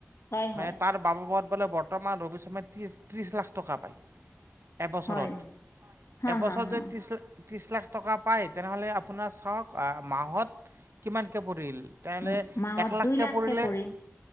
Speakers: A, on the left; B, on the right.
A: হয়, হয়,
B: মানে তাৰ বাববত বোলে, বৰ্তমান ৰবি শৰ্মাই ত্ৰিশ ত্ৰিশ লাখ টকা পায়। এবছৰত,
A: হয়, হা,
B: এবছৰত
A: হা, হা,
B: যদি ত্ৰিশ লাখ ত্ৰিছ লাখ টকা পায়, তেনেহ'লে আপোনাৰ চাওঁক মাহত কিমানকে পৰিল। তেতিয়া হ'লে,
A: ম- মাহত
B: একলাখ
A: দুই
B: কে
A: লাখকে
B: পৰিলে
A: পৰিল